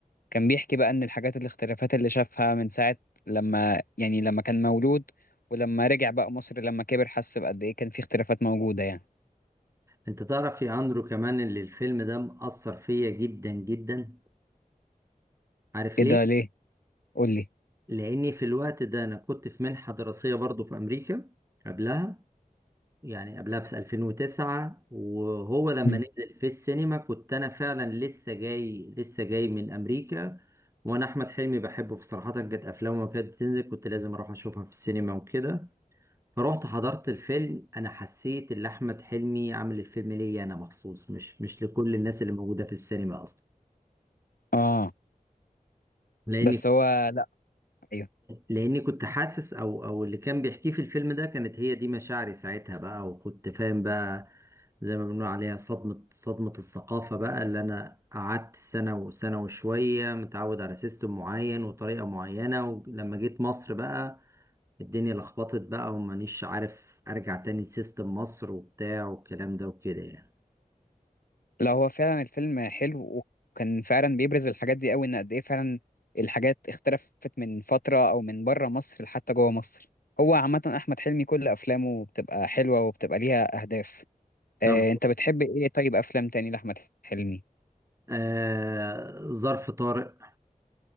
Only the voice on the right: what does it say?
انت تعرف يا اندرو كمان اللي الفيلم ده مأثر فيا جدا جدا عارف
ليه
لاني في الوقت ده انا كنت في منحة دراسية برضو في امريكا قبلها يعني قبلها في 2009 وهو لما
نزل في السينما كنت انا فعلا لسه جاي لسه جاي من امريكا وانا احمد حلمي بحبه في صراحة كانت افلامه كانت بتنزل كنت لازم اروح اشوفها في السينما وكده رحت حضرت الفيلم انا حسيت ان احمد حلمي عامل الفيلم ليا انا مخصوص مش مش لكل الناس اللي موجوده في السينما اصلا
لان
لاني كنت حاسس او او اللي كان بيحكيه في الفيلم ده كانت هي دي مشاعري ساعتها بقى وكنت فاهم بقى زي ما بنقول عليها صدمة صدمة الثقافة بقى اللي انا قعدت سنة وسنة وشوية متعود على سيستم معين وطريقة معينة ولما جيت مصر بقى الدنيا لخبطت بقى ومانيش عارف ارجع تاني لسيستم مصر وبتاع والكلام ده وكده يعني
طب
آه ظرف طارق